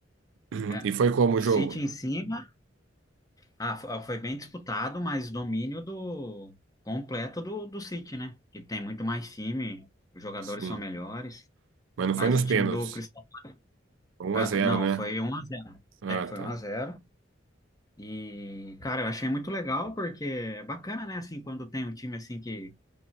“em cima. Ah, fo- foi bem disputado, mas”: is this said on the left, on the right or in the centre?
Left